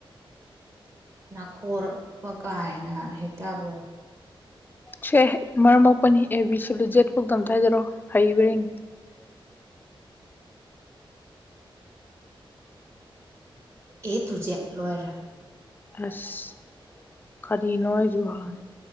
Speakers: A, on the right; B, on the left.
A: ꯅꯥꯈꯣꯔꯛꯄ ꯀꯥꯏꯅ ꯍꯩꯛꯇꯕ꯭ꯔꯣ
B: ꯁꯦ ꯃꯔꯝ ꯃꯄꯅꯤ ꯑꯦ ꯕꯤ ꯁꯤꯂꯨ ꯦꯠ ꯐꯧꯛꯇ ꯑꯝꯇ ꯍꯥꯏꯖꯔꯛꯑꯣ ꯍꯩꯕ꯭ꯔꯦ <unintelligible>
A: ꯑꯦ ꯇꯨꯖꯦ ꯂꯣꯏꯔ
B: ꯑꯁ ꯀꯅꯣꯏ ꯖꯨꯍꯥꯟ